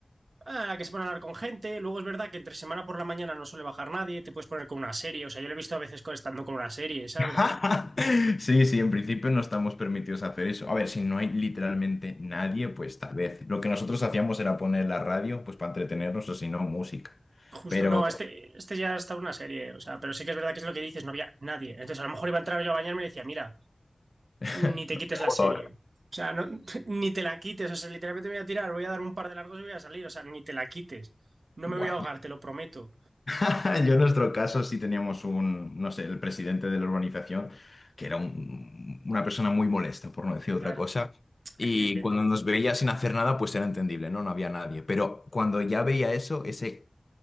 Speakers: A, on the right; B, on the left.
A: a la que se pone a hablar con gente. Luego es verdad que entre semana por la mañana no suele bajar nadie, te puedes poner con una serie. O sea, yo lo he visto a veces con- estando con una serie, ¿sabes?
B: <laughs> Sí, sí, en principio no estamos permitidos hacer eso. A ver, si no hay literalmente nadie, pues tal vez. Lo que nosotros hacíamos era poner la radio, pues para entretenernos o si no, música.
A: Justo,
B: Pero,
A: no, este, este ya está una serie. O sea, pero sí que es verdad que es lo que dices, no había nadie. Entonces, a lo mejor iba a entrar yo a bañarme y decía, mira,
B: <laughs>
A: ni te quites la
B: joder,
A: serie. O sea, no, <laughs> ni te la quites. O sea, literalmente me voy a tirar, voy a dar un par de largos y voy a salir. O sea, ni te la quites. No
B: bueno,
A: me voy a ahogar, te lo prometo.
B: <laughs> yo en nuestro caso sí teníamos un, no sé, el presidente de la urbanización, que era un- una persona muy molesta, por no decir
A: Claro,
B: otra cosa. Y
A: aquí depende.
B: cuando nos veía sin hacer nada, pues era entendible, ¿no? No había nadie. Pero cuando ya veía eso, ese